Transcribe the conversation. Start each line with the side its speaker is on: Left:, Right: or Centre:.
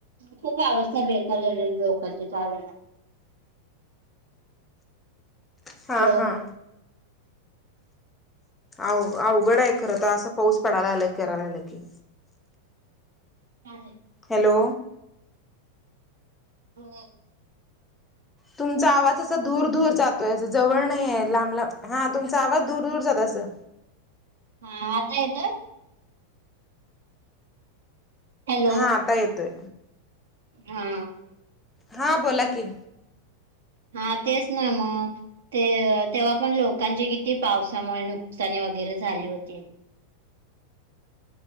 Right: खूप अवस्था बेकार झालेली लोकांची त्यावेळेला
Left: हां
Right: हॅलो.
Left: हां. अ अवघड आहे खर तर असं पाऊस पडायला आला करायला आलं की
Right: ते तर आहे
Left: हॅलो.
Right: हो.
Left: तुमचा आवाजच दूर दूर जातोय अस जवळ नाही आहे लांब लांब हा तुमचा आवाज दूर दूर जात असं
Right: हा आता येतोय? हॅलो
Left: हा आता येतोय
Right: हा.
Left: हां बोला की
Right: हां तेच ना मगं. ते अ तेव्हा पण लोकांची किती पावसामुळे नुकसानी वगैरे झाली होती.